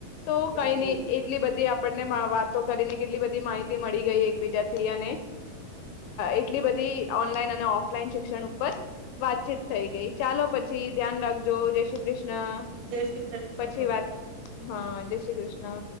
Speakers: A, on the left; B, on the right.
A: તો
B: બિલકુલ
A: કઈ નહી એટલી બધી આપડ વાતો કરીને કેટલી બધી માહિતી મળી ગઈ એકબીજા થી અને એટલી બધી ઓનલાઈન અને ઓફલાઈન શિક્ષણ ઉપર વાતચીત થઈ ગઈ ચાલો પછી ધ્યાન રાખજો જય શ્રી કૃષ્ણ. કૃષ્ણ
B: જય શ્રી કૃષ્ણ
A: પછી વાત હા, જય શ્રી કૃષ્ણ.